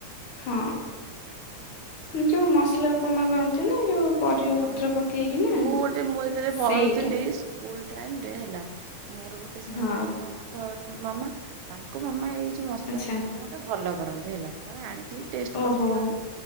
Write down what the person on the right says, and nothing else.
ହଁ
ହଁ।
ମୁଁ ଗୋଟେ ମୁଁ ଯେତେବେଳେ ପଢୁଥିଲି
ସ୍କୁଲ ଟାଇମ ରେ ହେଲା ମୋର ଗୋଟେ ସାଙ୍ଗର
ମାମ ଘର ମାମା ତାଙ୍କ ମାମା ଏଇ ଯୋ ଯୋଉ ମସଲା
ଏଇ ଉପମା ଟା ଭଲ କରନ୍ତି ହେଲା ଥରେ ଆଣି ଲ ଟେଷ୍ଟ
କରିଥିଲୁ ଆମେ